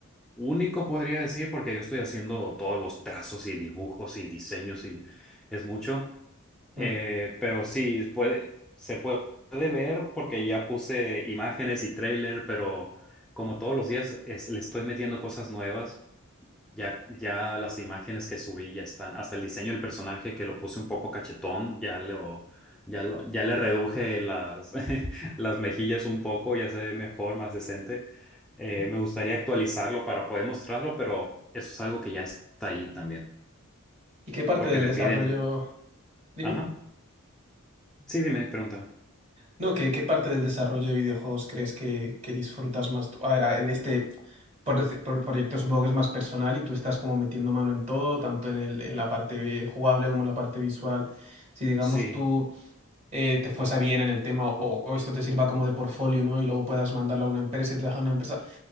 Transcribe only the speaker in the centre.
único podría decir, porque yo estoy haciendo todos los trazos y dibujos y diseños y es mucho. Eh,
pero sí, puede, se puede ver porque ya puse imágenes y trailer, pero como todos los días es- le estoy metiendo cosas nuevas. Ya, ya las imágenes que subí ya están, hasta el diseño del personaje que lo puse un poco cachetón, ya lo, ya lo, ya le reduje las, <laughs> las mejillas un poco, ya se ve mejor, más decente. Eh, me gustaría actualizarlo para poder mostrarlo, pero eso es algo que ya está ahí también,
porque
me
piden,
ajá, sí, dime, pregúntame.
Sí,